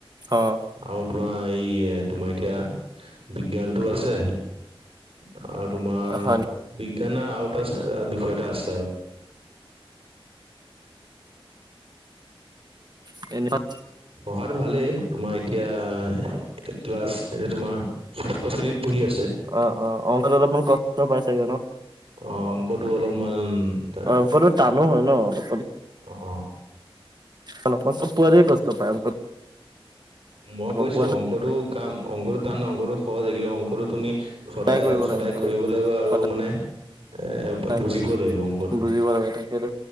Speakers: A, on the right; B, on the right.
A: অ।
B: আৰু তোমাৰ এই তোমাৰ এতিয়া বিজ্ঞানটো আছে - আৰু তোমাৰ
A: হয়
B: বিজ্ঞানৰ আৰু এটা বিষয় এটা আছে আৰু।
A: <unintelligible>
B: পঢ়াটো ভালেই তোমাৰ এতিয়া এ ক্লাছ - এতিয়া তোমাৰ ষষ্ঠ শ্ৰেণীত পঢ়ি আছে।
A: অ, অ অংকত অলপমান কষ্ট পাই চাগে ন?
B: অ অংকটো অলপমান -
A: অংকটো টানো হয় ন অলপমান।
B: অ, অ।
A: অলপ পাছত পোৱা যায় কষ্ট পায় অংকত।
B: মই
A: গম
B: কৈছো
A: পোৱা নে
B: অংকটো কাম অংকটো টান ন অংকটো সহজ হয় কিন্তু অংকটো তুমি - সদায়,
A: ট্ৰাই কৰিব
B: সদায়
A: লাগে খালি
B: কৰিব লাগিব আৰু
A: সদায়
B: মানে - এ বা
A: ট্ৰাই
B: বুজিব
A: কৰি
B: লাগিব অংকটো।
A: বুজিব লাগে তাকেটো